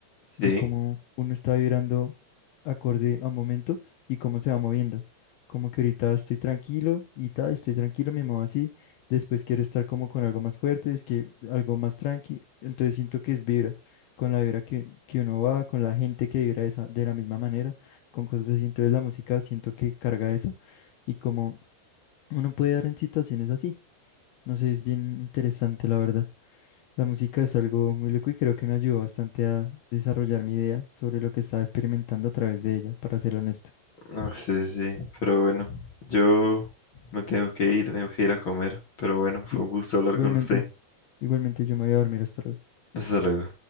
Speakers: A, on the left; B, on the left.
A: de
B: Sí,
A: cómo uno está vibrando acorde a un momento y cómo se va moviendo. Como que ahorita estoy tranquilo y tal, estoy tranquilo, me muevo así. Después quiero estar como con algo más fuerte, es que algo más tranqui. Entonces siento que es vibra, con la vibra que, que uno va, con la gente que vibra de, esa- de la misma manera, con cosas así. Entonces la música siento que carga eso y como uno puede dar en situaciones así. No sé, es bien interesante, la verdad. La música es algo muy loco y creo que me ayudó bastante a desarrollar mi idea sobre lo que estaba experimentando a través de ella, para ser honesto.
B: no sé, sí, pero bueno, yo me tengo que ir, tengo que ir a comer, pero bueno, fue
A: Igu-
B: un gusto hablar
A: Igualmente,
B: con usted.
A: igualmente yo me voy a dormir hasta luego.
B: Hasta luego.